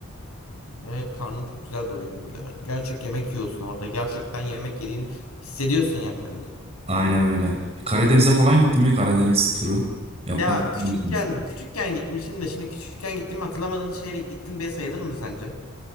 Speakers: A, on the left; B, on the right.
A: Evet karnım çok güzel doyuyor hem de yani. Gerçek yemek yiyorsun orada. Gerçekten yemek yediğini hissediyorsun yani bence.
B: Aynen öyle. Karadeniz'e falan gittin mi? Karadeniz turu yapmak
A: Ya
B: ister
A: küçükken
B: misin?
A: küçükken gitmişim de şimdi küçükken gittiğimi hatırlamadığın şehre gittim diye sayılır mı sence?